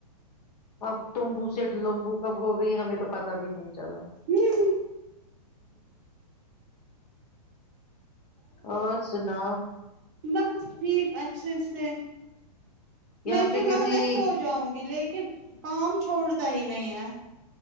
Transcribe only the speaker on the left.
اب تمبو سے لمبو کب ہو گئی ہمیں تو پتا بھی نہیں چلا
اور سناؤ
یہاں پہ
کسی